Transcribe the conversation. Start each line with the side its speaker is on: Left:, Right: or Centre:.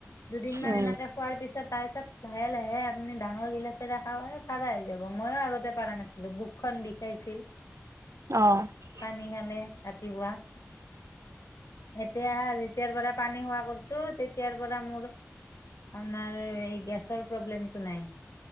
Left: দুদিনমান
Right: উম
Left: এনেকে খোৱাৰ পিছত, তাৰ পিছত। লাহে লাহে আপুনি ডাঙৰ গিলাচ এটা খাওক পাৰা হৈ যাব। ময়ো আগতে পাৰা নাছিলোঁ, বুকখন বিষাইছিল।
Right: অ অ
Left: পানী খালে? ৰাতিপুৱা এতিয়া যেতিয়াৰ পৰা পানী খোৱা কৰিছোঁ তেতিয়াৰ পৰা মোৰ আপোনাৰ গেছৰ প্ৰব্লেমটো নাই।